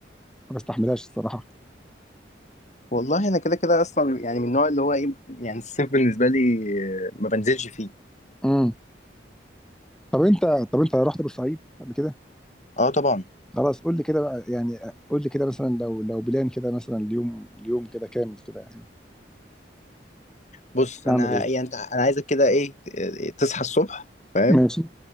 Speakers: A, in the centre; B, on the left.
A: ما بستحملهاش الصراحه
B: والله انا كده كده اصلا يعني من النوع اللي هو ايه يعني الصيف بالنسبه لي آه، ما بنزلش فيه
A: امم طب انت طب انت رحت بورسعيد قبل كده
B: اه طبعا
A: خلاص قول لي كده بقى يعني قول لي كده مثلا لو لو بلان كده مثلا اليوم اليوم كده كامل كده يعني
B: بص
A: نعمل
B: انا
A: ايه
B: يعني انت انا عايزك كده ايه آه، تصحى الصبح فاهم
A: ماشي